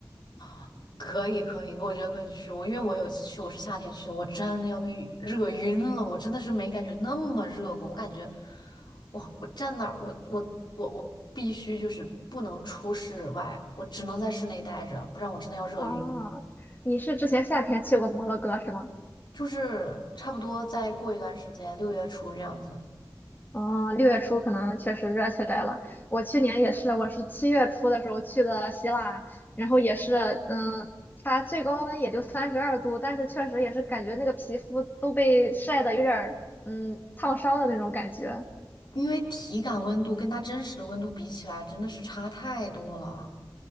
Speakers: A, on the left; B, on the left.
A: <laughs> 可以可以，我觉得可以去。我因为我有一次去，我是夏天去的，我真的要被热晕了。我真的是没感觉那么热过。我感觉我我站那儿，我我我我必须就是不能出室外，我只能在室内待着，不然我真的要热晕。
B: 啊。你是之前夏天去过摩洛哥是吗？
A: 就是差不多再过一段时间，六月初这样子。
B: 哦，六月初可能确实热起来了。我去年也是，我是七月初的时候去的希腊，然后也是，嗯，它最高温也就三十二度，但是确实也是感觉那个皮肤都被晒得有点儿，嗯，烫伤的那种感觉。
A: 因为体感温度跟它真实的温度比起来，真的是差太多了。